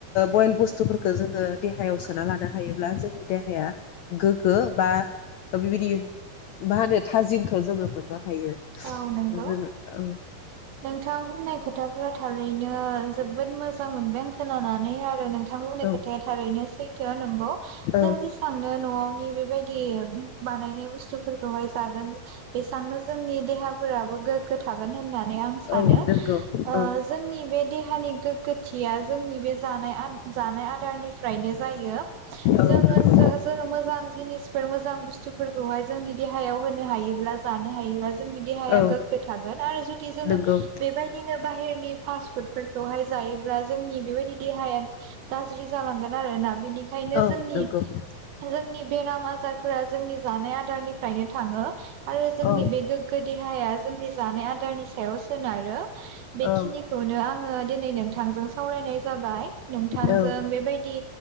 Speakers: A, on the left; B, on the right.
A: बयल बुस्थुफोरखौ जोङो देहायाव सोना लानो हायोब्ला जोंनि देहाया गोग्गो बा बेबायदि। मा होनो थाजिमखौो जोङो मोननो हायो।
B: औ नंगौ
A: जोङो औ
B: नोंथां बुंनाय खोथाफोराथ। थारैनो जोबोद मोजां मोनबाय आं। खोनानानै आरो नोंथांमोननि
A: औ
B: खोथाया थारैनोसै। थो नोंगौ
A: औ
B: जों जि साननो नआवनि। बेबायदि बानायनाय बुस्थु। फोरखौ हाय जागोन बेसेबांनो जोंनि देहा। देहा फोराबो गोख्रों जागोन होनानै आं सानो
A: औ नंगौ
B: ओ
A: औ
B: जोंनि बे देहानि गोख्रोंथिया जोंनि बे आदा निफ्रायनो जायो
A: औ
B: जोंनो
A: नंगौ
B: मोजां जिनिस बुसथु। फोरखौहाय जोंनि। देहायाव होनो हायोब्ला जानो हायोब्ला। दे
A: औ
B: गोगो थोन आरो जुदि जो
A: नंगौ
B: बेबायदिनो बाहरनि। फास फुफोरखौहाय जायो जोंनि बेबायदि देह गाज्रि जालांगोन आरोना। बेनिखायनो
A: औ
B: जोंनि
A: नंगौ
B: जोंनि। बेराम आजार। फोरा जोंनि जानाय आदारनिफ्रायनो थाङो आरो जोंनि
A: औ
B: बे। देहाया जोंनि जानाय आदारनि सायाव। सोनारो। बेखिनिखौनो
A: औ
B: आङो दिनै नोंथांजों सावरायनाय जाबाय नोंथांजों
A: औ
B: बेबायदि